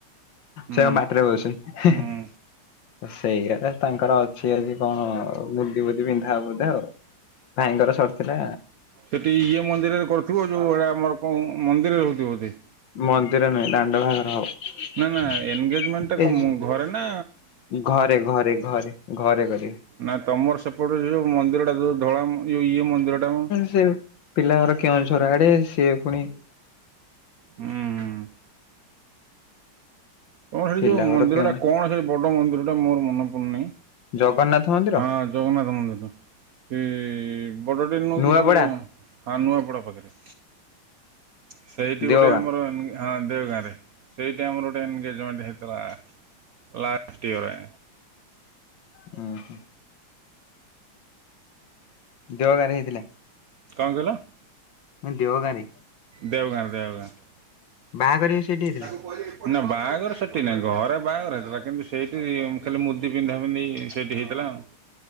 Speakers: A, on the right; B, on the left.
A: ହୁଁ
B: ସେ ପାଟିରେ ପସୁନି
A: ହୁଁ
B: ସେଇଆ ତାଙ୍କର ଅଛି ଆଜି କଣ ମୁଦି ବୁଦି ପିନ୍ଧା ବୋଧେ ଆଉ ଭାଇଙ୍କର ସରିଥିଲା
A: ସେଇଠି ଇଏ ମନ୍ଦିରରେ କରିଥିବ ଯେଉଁ ଏଡ଼ଆ ଆମର ମନ୍ଦିରରେ ହେଉଥିବ ବୋଧେ
B: ମନ୍ଦିର ନୁହେଁ ଦାଣ୍ଡ ବାଘର ହବ
A: ନା ନା ଏନଗେଜମେଣ୍ଟଟା କଣ ଘରେ ନା
B: ଘରେ ଘରେ ଘରେ ଘରେକରିବେ।
A: ନାଁ ତମର ସେପଟେ ଯୋଉ ମନ୍ଦିରଟା ଯୋଉ ଧଳା ଯୋଉ ଇଏ ମନ୍ଦିର ଟା ମ
B: ସେ ପିଲା ଘର କେଉଁଝର ଆଡେ ସିଏ ପୁଣି
A: ହୁଁ। ତଣ ସେଠ
B: ପିଲାଘର
A: ଯେଉଁ ମନ୍ଦିରଟା
B: କେଉଁ
A: ଣ ସେ ବଡ଼ ମନ୍ଦିରଟା ମୋର ମନେ ପଡ଼ୁନାହିଁ
B: ଜଗନ୍ନାଥ ମନ୍ଦିର।
A: ହଁ ଜଗନ୍ନାଥ ମନ୍ଦିର। ସେ ବଡ଼ ଟେନ
B: ନୂଆପଡା
A: କି ସେ ହ ନୁହଁପଡ଼ା ପାଖରେ। ସେଇଠି ଗୋଟେ
B: ଦେଓଗାଁ
A: ଆମର ହଁ ଦେଓଗାଁରେ ସେଇ ଟାଇମ୍ର ଗୋଟେ ଏନଗେଜମେଣ୍ଟ ହେଇଥିଲା ଲାଷ୍ଟ ଇୟର।
B: ହୁଁ ହୁ। ଦେଓଗାଁ ରେ ହେଇଥିଲା।
A: କଣ କହିଲ?
B: ଦେଓଗାଁ ରେ।
A: ଦେଓଗାଁ ରେ ଦେଓଗାଁ ରେ।
B: ବାହାଘର ସେଇଠି ହେଇଥିଲା
A: ତାକୁ କହିବି ନା ବାହାଘର ସେଠି ନାଇଁ ଘରେ ବାହାଘର ହେଇଥିଲା କିନ୍ତୁ ସେଇଠି ଖାଲି ମୁଦି ପିନ୍ଧା ପିନ୍ଧି ସେଇଠି ହେଇଥିଲା ଆଉ।